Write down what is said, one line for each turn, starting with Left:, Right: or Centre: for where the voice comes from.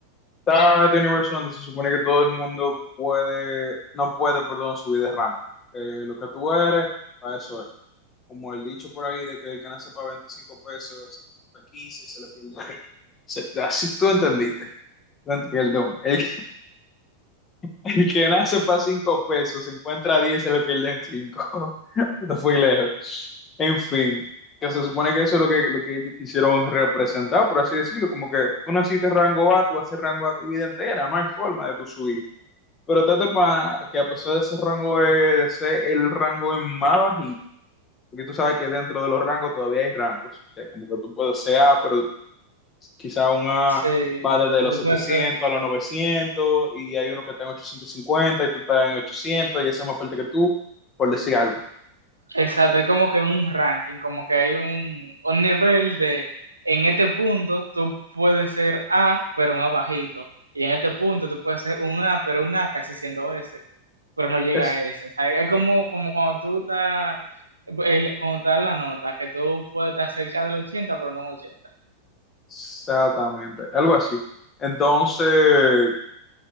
Left: está este universo donde se supone que todo el mundo puede, no puede, perdón, subir de rango. Eh, lo que tú eres, a eso es. Como el dicho por ahí de que el que nace para 25 pesos, se encuentra 15 y se le pierde. se- así tú entendiste. No, Perdón, el el que nace para cinco pesos, se encuentra 10 y se le pierden cinco. <laughs> No fui lejos. En fin, que se supone que eso es lo que, lo que ellos quisieron representar, por así decirlo. Como que tú naciste rango A, tú haces rango A tu vida entera, no hay forma de tu subir. Pero está este pana que a pesar de ese rango E, de ser el rango es más bajito, porque tú sabes que dentro de los rangos todavía hay rangos. O sea, como que tú puedes ser A, pero Quizá una
Right: Sí,
Left: va desde los
Right: tú
Left: 700
Right: puedes ser
Left: a los 900 y hay uno que está en 850 y tú estás en 800 y ese es más fuerte que tú, por decir algo.
Right: Exacto, es como que un ranking, como que hay un, un nivel de, en este punto tú puedes ser A, pero un A bajito, y en este punto tú puedes ser un A, pero un A casi siendo S, pero no llega
Left: Es-
Right: a S. O sea, es como, como cuando tú estás, el- cuando te dan la nota, que tú puedes estar cerca del 80, pero no un 80.
Left: Exactamente, algo así. Entonces,